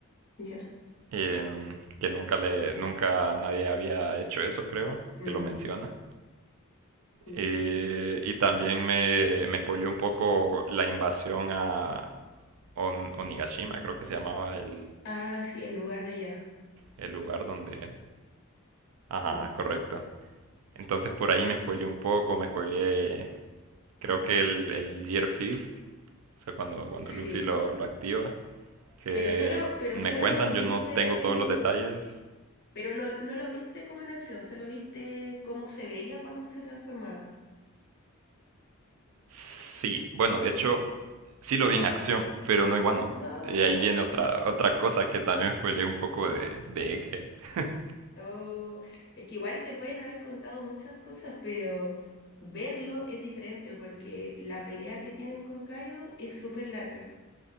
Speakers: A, on the left; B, on the right.
A: Ya.
B: em, que nunca le, nunca nadie había hecho eso, creo,
A: Mm,
B: que lo menciona.
A: sí.
B: Eh, y también me, me spoileó un poco la invasión a On- Onigashima, creo que se llamaba el,
A: Ah, sí, el lugar de allá.
B: el lugar donde, Ajá,
A: Mm,
B: correcto. Entonces por ahí
A: sí.
B: me spoileé un poco, me spoileé, creo
A: mm,
B: que el, el Year Fifth, o sea, cuando, cuando
A: sí.
B: Luffy lo, lo activa, que
A: Pero solo, pero
B: me
A: solo
B: cuentan,
A: lo viste,
B: yo no tengo todos los detalles.
A: pero no, no lo viste como en acción, solo viste cómo se veía cuando se transformaba.
B: Sí, bueno, de hecho, sí lo vi en acción, pero no en Wano.
A: No,
B: Y ahí viene otra, otra cosa que también spoileé un poco de, de Egghead. <laughs>
A: Oh, es que igual te pueden haber contado muchas cosas, pero verlo es diferente porque la pelea que tienen con Kaido es súper larga,